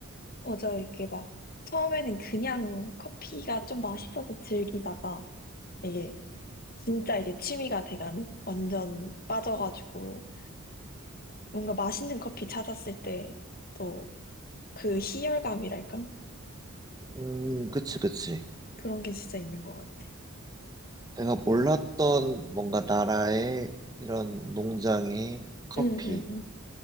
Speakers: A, on the left; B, on the right.
A: 맞아요. 이게 막, 처음에는 그냥 커피가 좀 맛있어서 즐기다가, 이게 진짜 이제 취미가 돼가는? 완전 빠져가지고, 뭔가 맛있는 커피 찾았을 때, 또 그 희열감이랄까?
B: 음, 그치, 그치.
A: 그런 게 진짜 있는 것 같아.
B: 내가 몰랐던 뭔가 나라의 이런 농장의 커피.
A: 응, 응, 응.